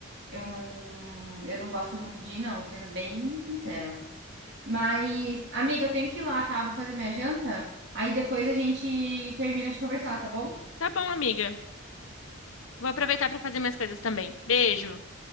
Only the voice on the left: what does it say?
Tá bom, amiga. Vou aproveitar para fazer minhas coisas também. Beijo.